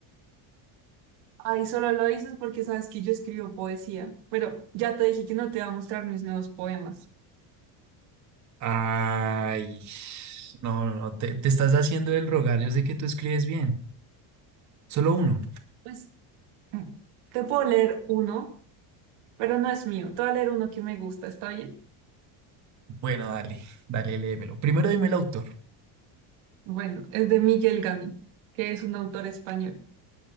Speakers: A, on the right; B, on the right.
A: Ahí solo lo dices porque sabes que yo escribo poesía, pero ya te dije que no te voy a mostrar mis nuevos poemas.
B: Ay, no, no, no, te, te estás haciendo el rogar, yo sé que tú escribes bien. Solo uno.
A: Pues mm, te puedo leer uno, pero no es mío. Te voy a leer uno que me gusta, ¿está bien?
B: Bueno, dale, dale, léemelo. Primero dime el autor.
A: Bueno, es de Miguel Gami, que es un autor español.